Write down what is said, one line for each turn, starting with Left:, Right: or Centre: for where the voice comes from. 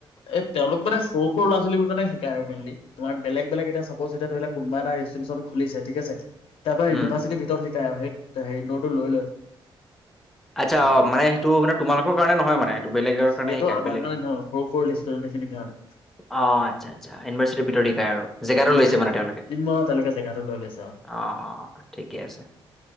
Left: এ তেওঁলোক মানে সৰু সৰু ল'ৰা ছোৱালীবোৰ কাৰণে শিকায় আৰু মেইনলি তোমাৰ বেলেগ বেলেগ এতিয়া চাপজ এতিয়া ধৰি। কোনোব এটা ইঞ্চটিটিউচন খুলিছে ঠিক আছে। তাৰ পৰা
Centre: উম
Left: ইউনিভাৰ্চিটি ভিতৰত। সেই হে নটো লৈ লয়।
Centre: আচ্ছা
Left: শিকাই
Centre: অ
Left: পেলাই
Centre: মানে সেইটো মানে তোমালোকৰ কাৰণে নহয়। মানে এইটো বেলেগৰ
Left: সেইটো
Centre: কাৰণে শিকায়
Left: আমাৰ
Centre: বেলেগে।
Left: কাৰণে নহয় সৰু সৰু ৰেষ্টুৰেণ্ট খিনিৰ কাৰণে
Centre: অ আচ্ছা আচ্ছা ইউনিভাৰ্চিটিৰ ভিতৰত শিকাই আৰু জেগাটো
Left: ইউনিভাৰ্চিটিৰ
Centre: লৈছে। মানে
Left: ভিতৰত
Centre: তেওঁলোকে
Left: তিনমাহ তালৈকে জেগাটো লৈ লৈছে আৰু
Centre: অ অ ঠিকে আছে